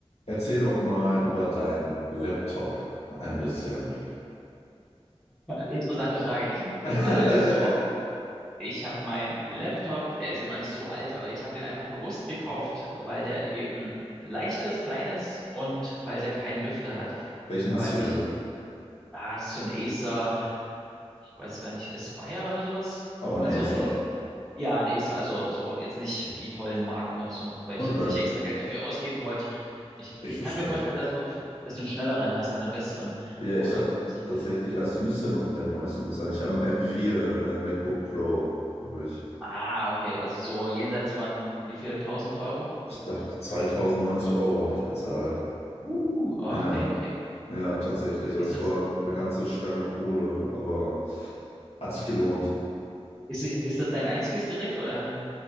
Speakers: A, on the left; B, in the centre.
A: Erzähl doch mal über deinen Laptop ein bisschen.
B: Interessante Frage.
A: <laughs>
B: Also, ich habe meinen Laptop, der ist jetzt noch nicht so alt, aber ich habe den einfach bewusst gekauft, weil der eben leicht ist, klein ist und weil der keinen Lüfter hat.
A: Welchen hast
B: Weil mich,
A: du denn?
B: ah, das ist so ein Acer, ich weiß gar nicht, Aspire oder sowas.
A: Aber ein
B: Also,
A: Acer.
B: ja, ein Acer, also so jetzt nicht die tollen Marken oder so, weil ich
A: Okay,
B: jetzt nicht extra Geld dafür ausgeben wollte. Ich,
A: ich
B: ich
A: verstehe.
B: kann mir vorstellen, dass du, dass du einen schnelleren hast oder einen besseren
A: Ja,
B: oder
A: ich habe
B: irgendwie so ein,
A: tatsächlich, also es müsste noch der neueste mit sein. Ich habe einen m vier äh, MacBook Pro, habe ich.
B: ah, okay, also so jenseits von wie viel, tausend Euro?
A: Ich glaube, 2090 Euro habe ich bezahlt.
B: Uh, ah,
A: Ja,
B: okay, okay.
A: ja,
B: Ah.
A: tatsächlich. Also
B: Ist
A: es
B: das,
A: war eine ganze Stange Kohle, aber hat sich gelohnt.
B: ist, ich- ist das dein einziges Gerät oder